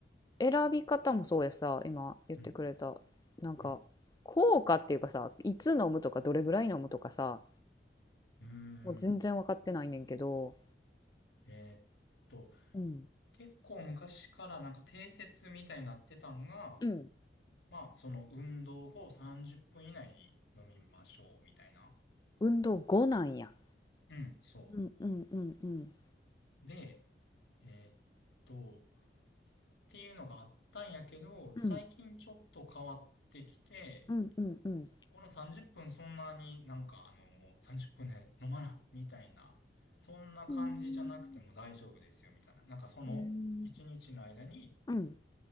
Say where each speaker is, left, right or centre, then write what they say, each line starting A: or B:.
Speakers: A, on the left; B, on the left.
A: 選び方もそうやさ、今言ってくれた、
B: ん。
A: なんか、
B: うん。
A: 効果っていうかさ、いつ飲むとか、どれぐらい飲むとかさ、
B: うーん。
A: もう全然分かってないねんけど、
B: えーっと、
A: うん。
B: 結構昔からなんか定説みたいになってたんが、
A: うん。
B: まあその運動後30分以内に飲みましょうみたいな。
A: 運動後なんや。
B: うん、そ
A: うんうんうんうん。
B: う。で、えーっと、っていうのがあったんやけど、
A: うん
B: 最近ちょっと変わってきて、
A: うんうんうん。
B: この30分そんなになんかあのもう30分で飲まな、みたいな、そんな感じじゃなくても大丈夫ですよ、
A: うーん。
B: みたいな。なんかその1日の間に
A: へえ。うん、